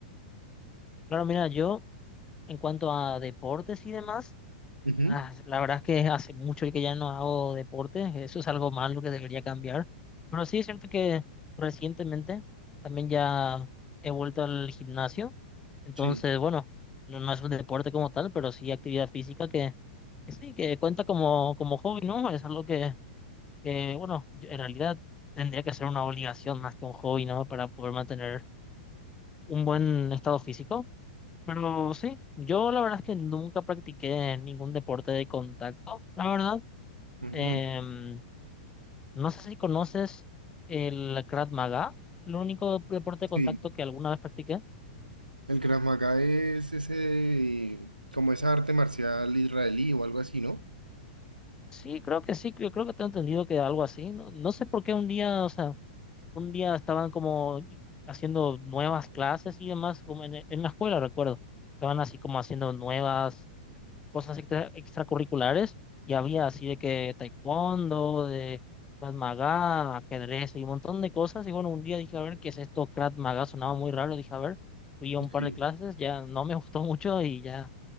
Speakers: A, on the left; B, on the right.
A: Claro, mira, yo en cuanto a deportes y demás.
B: Ujú.
A: Ah, la verdad es que hace mucho que ya no hago deporte, eso es algo malo que debería cambiar. Pero sí es cierto que recientemente también ya he vuelto al gimnasio, entonces
B: Sí.
A: bueno, no, no es un deporte como tal, pero sí actividad física que, que sí, que cuenta como, como hobby, ¿no? Es algo que, que, bueno, yo- en realidad tendría que ser una obligación más que un hobby, ¿no? Para poder mantener un buen estado físico. Pero sí, yo la verdad es que nunca practiqué ningún deporte de contacto, la verdad.
B: Ujú,
A: Em, no sé si conoces el Krav Maga, el único deporte de contacto
B: Sí,
A: que alguna vez practiqué.
B: el Krav Maga es ese, como esa arte marcial israelí o algo así, ¿no?
A: Sí, creo que sí, yo creo que tengo entendido que algo así. No, no sé por qué un día, o sea, un día estaban como haciendo nuevas clases y demás, como en, en la escuela, recuerdo. Estaban así como haciendo nuevas. cosas extra- extracurriculares y había así de que taekwondo, de Krav Maga, ajedrez y un montón de cosas. Y bueno, un día dije, a ver, ¿qué es esto? Krav Maga sonaba muy raro, dije, a ver, fui a un par
B: Sí.
A: de clases, ya no me <laughs> gustó mucho y ya,